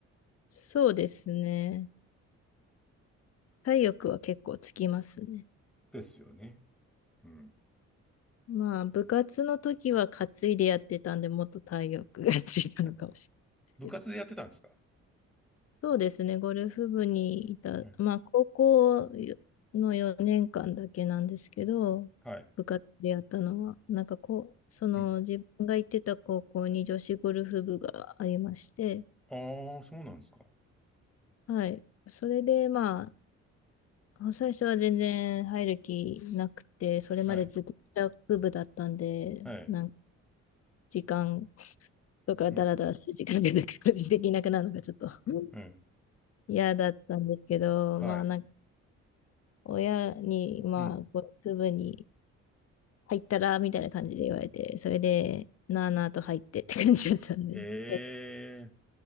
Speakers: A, on the left; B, in the centre.
A: そうですね。体力は結構つきますね。
B: ですよね。うん。
A: まあ、部活の時は担いでやってたんで、もっと体力がついたのかもしれないですけど。
B: うん部活でやってたんですか
A: そうですね、ゴルフ部にいた、
B: え
A: まあ、高校の4年間だけなんですけど、
B: はい。
A: 部活でやったのは、なんかこう、その自分が行ってた高校に女子ゴルフ部がありまして、
B: うんああ、そうなんですか。
A: はい。それで、まあ、あ最初は全然入る気なくて、それまでずっと
B: はい。
A: 帰部だったんで、
B: はい。
A: なんか時間とかダラダラする時間がなく個人的になくなるのがちょっとうん
B: うん。うん。
A: 嫌だったんですけど、
B: はい。
A: まあなんか親に、まあこう、
B: うん。
A: 部に入ったらみたいな感じで言われて、それでなあなあと入ってって感じだったんで。
B: ええ
A: で